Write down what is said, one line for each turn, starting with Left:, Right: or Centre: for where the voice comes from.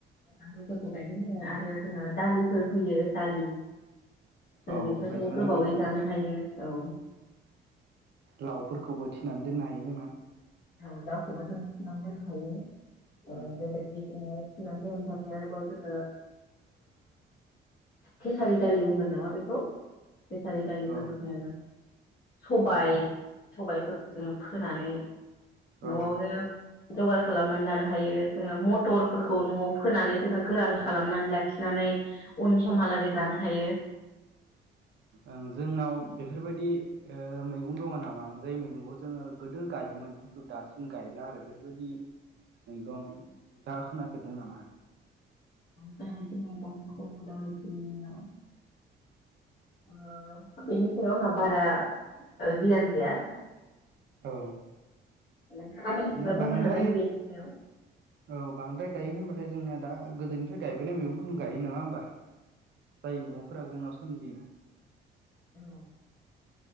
Left: आलुफोरखौ गायदों आरो जोङो दालिफोर फैयो दालि जों
Right: औ
Left: बेफोरखौ
Right: बेजों
Left: गोबावै
Right: लोगोसे
Left: जानो हायो औ
Right: लावफोर खौबो थिनानै दोननो हायो जोंना
Left: लावखौबो जों दोननो हायो।
Right: उम
Left: बेबादि जोंङो। थिनानै दोननो थाखाय आरोबाव जोङो केसारि दालि बुंगोन नामा बेखौ दालिफोरखौ
Right: औ
Left: जों सबाय सबायाइफोरखौ जोङो फोनानै न'आवनो
Right: औ
Left: जगार खालामनानै लानो हायो जोङो मटरफोरखौ न'आव फोनानै जोङो गोरान खालामनानै लाखिनानै उन समहालागै जानो हायो
Right: ओं जोंनाव बेफोरबायदि ओ मैगं दङ नामा जाय मैगंखौ जोङो गोदो गायोमोन खिन्थु दासिम गायला आरो बेफोरबायदि मैगं दा खोनाफेरदों नामा।
Left: बेबादि मैगंखौ दाबायदियाव ओ आंहा बारा गियान गैया।
Right: औ।
Left: नोंथाङा
Right: माने
Left: दा बुंनो
Right: बांद्राय
Left: हागोन बेनि सायाव-
Right: औ बांद्राय गायो होनबाथाय जोंना दा गोदोनिफ्राय गायबोनाय मैगंफोरखौ गायो नङा होमबा जाय मैगंफोरा जोंनाव सोमजियो
Left: औ।